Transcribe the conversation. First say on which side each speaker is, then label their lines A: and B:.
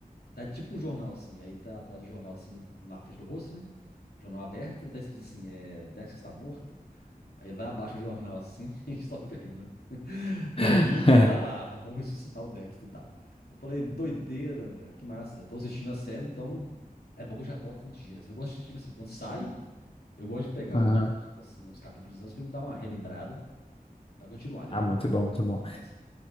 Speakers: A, on the left; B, on the left.
A: Tá tipo um jornal assim, aí tá atrás do jornal assim, na frente do rosto, né? Jornal aberto, e tá escrito assim, é, Dex está morto. Aí vai abaixo o jornal assim, <laughs> e só fica rindo, né? E aí
B: <laughs>
A: tá lá, vamos ressuscitar o Dexter e tal. Eu falei, doideira, velho, que massa. Eu tô assistindo a série, então é bom que eu já boto em dias. Eu gosto, de, tipo assim, quando sai, eu gosto de pegar
B: Aham.
A: alguns uns capítulos antes pra me dar uma relembrada pra continuar, entendeu?
B: Ah, muito bom, muito
A: Muito
B: bom.
A: massa.